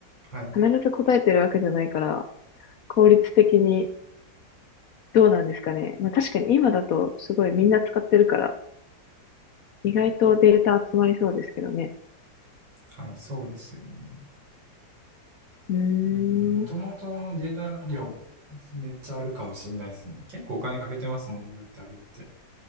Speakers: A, on the right; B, on the left.
A: はい。
B: 必ず答えてるわけじゃないから、効率的にどうなんですかね。まあ確かに今だとすごいみんな使ってるから、意外とデータ集まりそうですけどね。
A: はい、そうですよね。
B: うーん。
A: まあでも、元々のデータ量、めっちゃあるかもしれないですね。結構お金かけてますもんね。だってあれって。